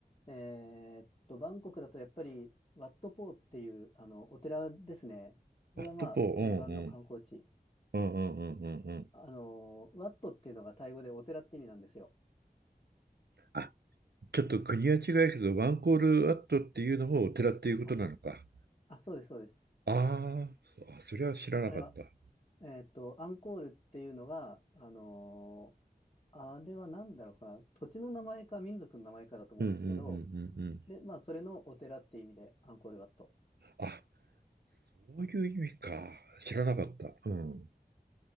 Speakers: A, on the left; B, on the right.
A: えーっと、バンコクだとやっぱり、ワットポーっていう、あの、お寺ですね。そこがまあ、
B: ワットポー、
A: 定番の観光地。
B: うんうん、うんうんうんうんうん。
A: あの、ワットっていうのがタイ語でお寺って意味なんですよ。
B: あ、ちょっと国は違うけど、ワンコールワットっていうのもお寺っていうことなのか。
A: あ、あ、そうです、そうです。
B: あーあ、それは知らなかった。
A: あれは、えーっと、アンコールっていうのが、あの、あれは何だろうかな、土地の名前か民族の名前かだと思うんですけど、
B: うんうんうんうんうん。
A: で、まあ、それのお寺っていう意味で、アンコールワット。
B: あ、そういう意味か。知らなかった。うん。